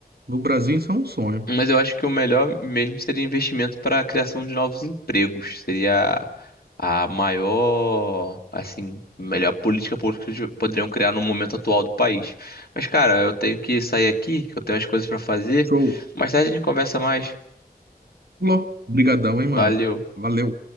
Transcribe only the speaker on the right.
No Brasil, isso é um sonho.
Show.
Lô, brigadão, hein,
mano? Valeu.